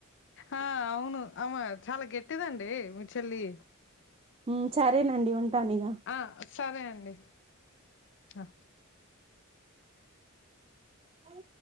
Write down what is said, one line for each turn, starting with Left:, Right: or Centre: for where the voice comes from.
Left: ఆ అవును అమ్మ చాలా గట్టిదండి మీ చెల్లి
Right: మ్ సరేనండి ఉంటాను ఇగ
Left: ఆ సరే అండి ఆ
Right: అ